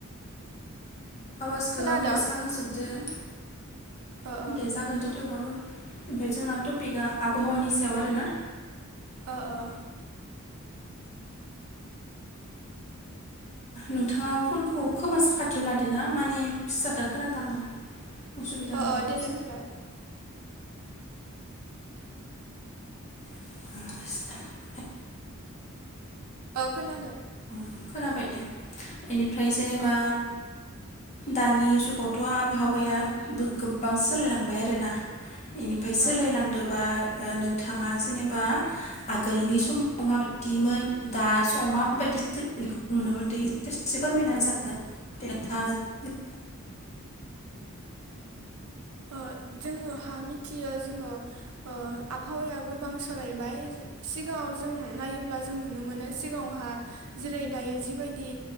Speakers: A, on the left; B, on the right.
A: आवाजखो
B: खोनादों
A: आं गोसा होजोबदों।
B: ओ ओ
A: दे जागोन दे थेवबाबो। ओमफाय जोंना टपिकआ आबहावानि सायाव आरोना।
B: ओ
A: नोंथाङा फनखौ खोमा साखाथियाव लादोना माने फिसाथार खोनादों आङो। असुबिदा
B: ओ
A: मोनदों
B: ओ देलाय
A: एसे।
B: बुंलाय
A: <inaudible>
B: औ खोनादों।
A: खोनाबाय दे। बेनिफ्राय जेनेबा
B: ओ ओ
A: दानि जुगावथ' आबहावाया गो-गोबां सोलायलांबाय आरोना। बेनिफ्राय सोलायलांदोबा
B: ओ
A: ओ नोंथाङा जेनेबा आगोलनि समाव माबायदिमोन दा सम मा <inaudible> नुनो मोनदों एसे फोरमायना <inaudible>
B: ओ जोङोहा मिथियो जोङो ओ आबहावाया गोबां सोलायबाय सिगाङाव जों नायोब्ला जों नुनो मोनो सिगाङावहा जेरै दायो जिबायदि